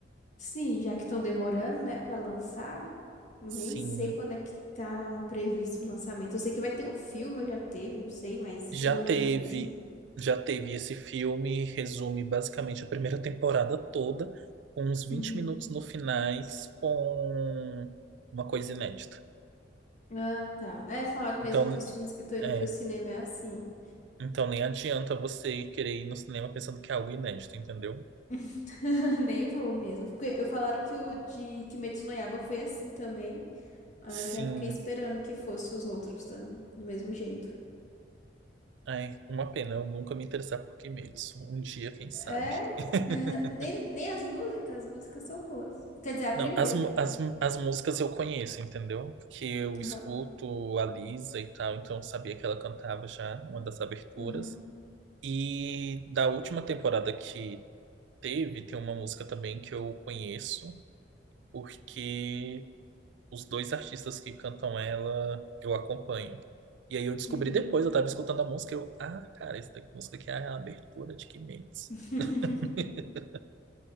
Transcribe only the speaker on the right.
Sim,
já
teve.
Já teve esse filme, resume basicamente a primeira temporada toda, com uns vinte
minutos no finais, com uma coisa inédita.
Então,
é,
Então nem adianta você querer ir no cinema pensando que é algo inédito, entendeu?
Sim.
Ai, uma pena eu nunca me interessar por Kimetsu. Um dia, quem sabe?
<laughs>
Não, as, mu- as, mu- as músicas eu conheço, entendeu? Porque eu escuto
a Lisa e tal, então eu sabia que ela cantava já uma das aberturas.
E da última temporada que teve, tem uma música também que eu conheço, porque os dois artistas que cantam ela, eu acompanho. E aí eu descobri
depois, eu tava escutando a música, eu, ah, cara, essa daqui- música aqui é a abertura de Kimetsu.
<laughs>